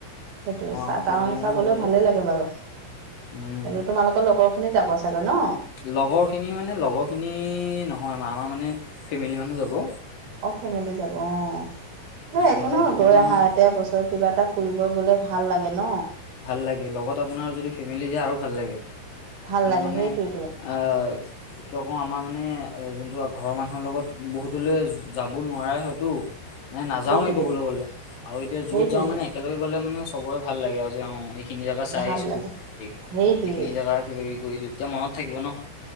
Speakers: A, on the right; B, on the left.
A: সেইটো চা
B: আমাৰ ফেমিলি
A: টাৱং
B: মানুহ
A: চাবলৈ
B: যাব যে
A: ভালেই লাগে বাৰু
B: উম
A: সেইটো তোমালোকৰ লগৰখিনি যাব চাগৈ ন
B: লগৰ খিনি মানে লগৰ খিনি নহয় আমাৰ মানে ফেমেলি মানুহ যাব
A: অ ফেমেলি যাব অ এ একো
B: মানে
A: নহয়
B: সেইটো
A: গৈ
B: কাৰণে
A: আহা
B: আমাৰ
A: এতিয়া বস্ কিবা এটা ফুৰিব গলে ভাল লাগে ন
B: ভাল লাগে লগত আপোনাৰ যদি ফেমেলি যায় আৰু ভাল লাগে
A: ভাল
B: তোমাৰ
A: লাগে
B: মানে
A: সেইটোৱেতো
B: আ কিয় কও আমাৰ মানে যোনটো ঘৰৰ মানুহৰ লগত বহুতলে যাব নোৱাৰে হয়তো মানে নাযাওৱেই
A: সেইটোৱে
B: ক'বলে গ'লে আৰু এতিয়া
A: সেইটোৱে
B: য'ত যাওঁ মানে একেলগে গ'লে মানে চবৰে ভাল লাগে আৰু যে অ এইখিনি জেগা চাই
A: ভাল
B: আছো
A: লাগে।
B: এই
A: সেইটোৱে
B: এইখিনি জেগা কিবা কিবি কৰিছো এতিয়া মনত থাকিব ন